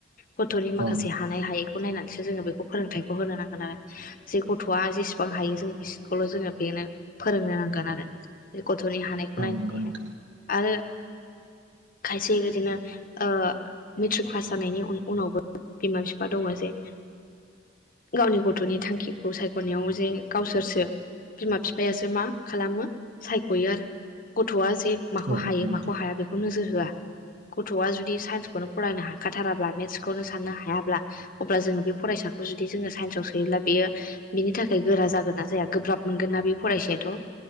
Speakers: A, on the left; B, on the right.
A: गथ'नि माखासे
B: औ
A: हानाय हायै खौ नायनानैसो जोङो बेखौ फोरोंथाइखौ होनो नांगोन आरो जे गथ'आ जेसेबां हायो जों बि- खौल' जोङो बेनो फोरोंनो नांगोन आरो बे गथ'नि हानायखौ नायनानैहाय
B: नंगौ नोंथां औ नंगौ नोंथां
A: आरो खायसे बिदिनो ओ- मेट्रिक पास जानायनि उनावबो बिमा बिफा दङ जे गावनि गथ'नि थांखिखौ सायख' नायाव जे गावसोरसो बिमा बिफायासो मा खालामो सायख'यो आरो गथ'आ जे माखौ
B: औ
A: हायो माखौ हाया बेखौ नोजोर होआ। गथ'आ जुदि साइन्सखौनो फरायनो हाखाथाराब्ला मेथ्सखौनो साननो हायाब्ला अब्ला जोङो बे फरायसाखौ जुदि जोङो साइन्सआव सोयोब्ला बियो बिनि थाखाय गोरा जागोन ना जाया गोब्राब मोनगोन ना बे फरायसायाथ'